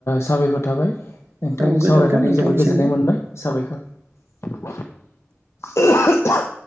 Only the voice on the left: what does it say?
साबायखर थाबाय नोंथांजों
सावरायनानै
जोबोर गोजोननाय मोनबाय साबायखर <inaudible>